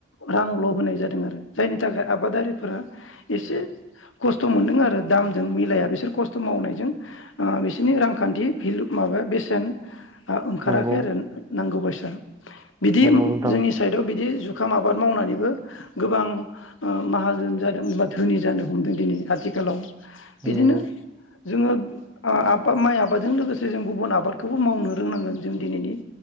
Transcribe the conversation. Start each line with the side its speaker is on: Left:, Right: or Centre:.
Left: रांल होनाय जादों आरो जायनि थाखाय आबादारिफोरा एसे खस्थ मोनदों आरो दामजों मिलाया बिसोर खस्थ मावनायजों ओ बिसोरनि रांखान्थि भिलु माबा बेसेन आ ओंखाराखै
Right: नंगौ
Left: आरो नांगौबायसा बिदि
Right: नंगौ नोंथां
Left: जोंनि साइदआव बिदि जुखाम आबाद मावनानैबो गोबां ओ माहाजोन जादों बा धोनि जानो हमदों दिनै आथिखालाव
Right: नंगौ
Left: बिदिनो जोंङो ओ माइ आबादजों लोगोसे जों गुबुन आबादखौबो मावनो रोंनांगोन जों दिनैनि